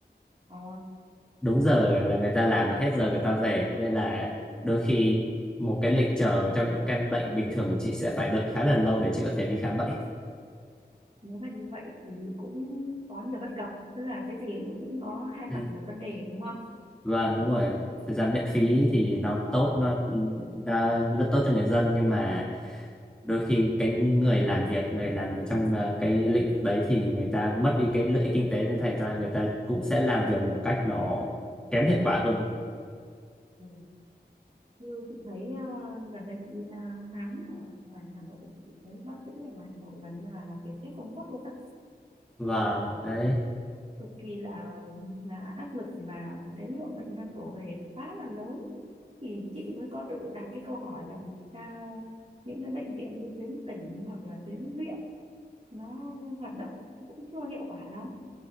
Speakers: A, on the right; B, in the centre.
A: ờ
B: đúng giờ
A: hiểu
B: là người ta làm và hết giờ người ta về nên là đôi khi một cái lịch chờ trong những căn bệnh bình thường của chị sẽ phải đợi khá là lâu để chị có thể đi khám bệnh
A: nếu mà như vậy thì cũng có nhiều bất cập tức là cái gì cũng có hai
B: Ừ.
A: mặt của một vấn đề đúng không
B: vâng đúng rồi thực ra miễn phí
A: ừ.
B: thì nó tốt nó, nó rất tốt cho người dân nhưng mà đôi khi cái người làm việc người làm việc trong ờ, cái lĩnh vực đấy thì người ta mất đi cái lợi ích kinh tế nên thành ra người ta cũng sẽ làm việc một cách nó kém hiệu quả hơn
A: ừ. như chị thấy ờ, gần đây chị đi là khám ở ngoài Hà Nội thì chị thấy bác sĩ ở ngoài Hà Nội gần như là làm việc hết công suất luôn á
B: vâng đấy
A: cực kỳ là là áp lực và cái lượng bệnh nhân đổ về quá là lớn thì chị mới có tự đặt cái câu hỏi là vì sao những cái bệnh viện như tuyến tỉnh hoặc là tuyến huyện nó hoạt động cũng chưa hiệu quả lắm